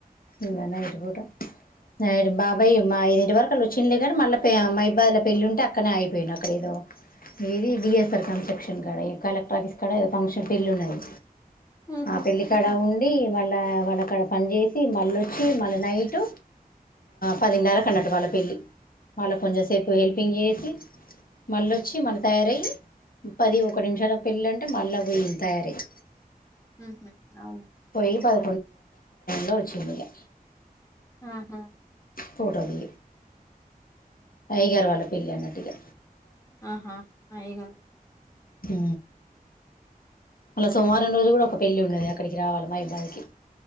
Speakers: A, on the left; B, on the left.
A: ఇంక నైట్ ఎవరు రా బాబాయ్ మా ఇంటి వరకు వచ్చిండు లే గాని మళ్ళా మైబాదుల పెళ్లి ఉంటే అక్కడ నే ఆగిపోయిండు అక్కడ ఏదో ఏది డిఎస్ఆర్ కన్స్ట్రక్షన్ కాడ కలెక్టర్ ఆఫీస్ కాడో ఫంక్షన్ పెళ్ళి ఉన్నది
B: ఉమ్,
A: ఆ పెళ్లి కడ ఉ వాళ్ళ వాళ్ళ అక్కడ పని చేసి మళ్లీ వచ్చి మళ్ళ నైటు పదిన్నర కన్నాటు వాళ్ళ పెళ్ళి వాళ్ళ కొంచెం సేపు హెల్పింగ్ చేసి మళ్ళొచ్చి మళ్ళీ తయారయ్యి పది ఒక నిమిషాలకు పెళ్ళంటే మళ్ళా పోయింది తయారయ్యి
B: ఉహు అవును
A: పోయి పద టైంలో వచ్చింది ఇకా
B: ఆహా
A: ఫోటో తీ అయ్యగారు వాళ్ళ పెళ్లి అన్నట్టుగా
B: ఆహా ఇగా
A: యు మళ్ళ సోమవారం రోజు కూడా ఒక పెళ్లి ఉండది అక్కడికి రావాలి మైబాదికి